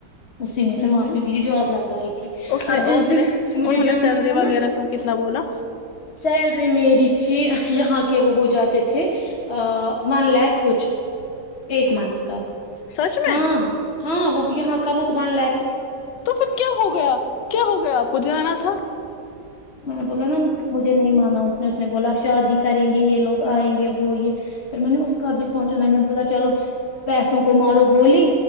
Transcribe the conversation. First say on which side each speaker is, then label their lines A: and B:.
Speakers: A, on the left; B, on the left.
A: اسی نے
B: ہ
A: پھر وہاں
B: ہ
A: پہ میری جاب لگائی تھی
B: اس نے
A: اب
B: انہوں
A: جس دن
B: نے
A: مجھے
B: انہوں
A: جانا
B: نے سیلری
A: تھا
B: وغیرہ
A: نا
B: کا کتنا بولا
A: سیلری میری تھی یہاں کے وہ ہو جاتے تھے ون لھ کچ ایک منتھ کا
B: سچ میں
A: ہاں ہاں وہ یہاں کا وہ ون لھ
B: تو پھر کیا ہو گیا کیا ہو گیا آپ کو جانا تھا
A: میں بولا نا مجھے نہیں مانا اس نے اس نے بولا شادی کریں گے یہ لوگ آئیں گے وہ یہ پھر میں نے اس کا اب سوچا میں نے بولا چلو پیسوں کو مارو گولی